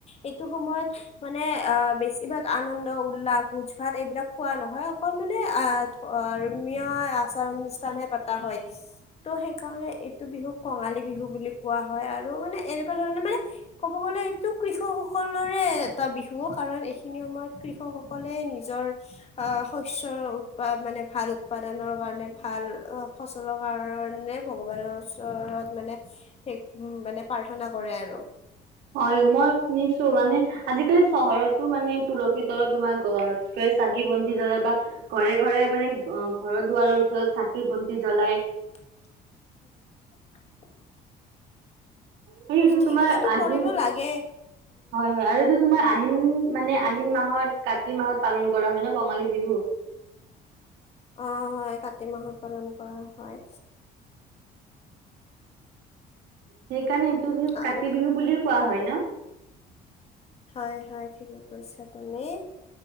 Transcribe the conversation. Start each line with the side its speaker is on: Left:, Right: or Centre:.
Left: এইটো সময়ত মানে আহ বেছিভাগ আনন্দ উল্লাস ভোজ ভাত এইবিলাক কোৱা নহয় অকল মানে আহ ধৰ্মীয় আচাৰ অনুষ্ঠানহে পতা হয়। ত' সেইকাৰণে এইটো বিহু কঙালী বিহু বুলি কোৱা হয়, আৰু মানে এনেকুৱা ধৰণে মানে ক'ব গলে এইটো কৃষক সকলৰে এটা বিহু কাৰণ এইখিনি সময়ত কৃষক সকলে নিজৰ অঁ ', শস্যৰ উৎপাদন মানে ভাল উৎপাদনৰ কাৰণে ভাল অঁ ফচলৰ কাৰণে ভগৱানৰ ওচৰত মানে স মানে প্ৰাৰ্থনা কৰে আৰু
Right: হয় মই শুনিছো মানে আজিকালি চহৰতো মানে তুলসীৰ তলত তোমাৰ কি চাকি বন্তি জ্বলায় বা ঘৰে ঘৰে মানে অঁ', ঘৰৰ- দুৱাৰৰ ওচৰত চাকি বন্তি জ্বলাই
Left: <inaudible>
Right: আৰু এইটো
Left: ঠিক
Right: তোমাৰ
Left: সেইটো
Right: আহিন,
Left: কৰিব লাগে
Right: হয়, হয় আৰু এইটো তোমাৰ আহিন
Left: অ
Right: মানে আহিন মাহত কাতি মাহত পালন কৰা হয় ন, কঙালী বিহু।
Left: অ', হয়, কাতি মাহত পালন কৰা হয়।
Right: সেইকাৰণে এইটো বিহু কাতি
Left: আৰু
Right: বিহু বুলি কোৱা হয় ন?
Left: হয় হয় ঠিকে কৈছা তুমি।